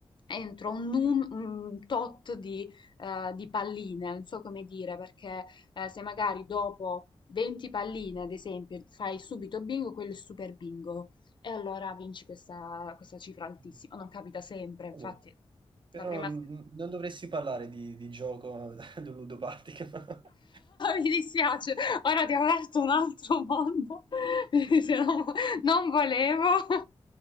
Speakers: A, on the left; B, on the right.
A: entro un, num- un tot di, eh, di palline, non so come dire, perché eh, se magari dopo 20 palline, ad esempio, fai subito bingo, quello è super bingo. E allora vinci questa, questa cifra altissima.
B: Mm,
A: Non capita sempre, infatti,
B: Vabbè. Però
A: la prima...
B: mm,
A: <laughs> se-
B: non dovresti parlare di, di gioco <laughs> ad un ludopatico. <laughs>
A: Mi dispiace, ora ti ho aperto un altro mondo. <laughs> Se non, non volevo.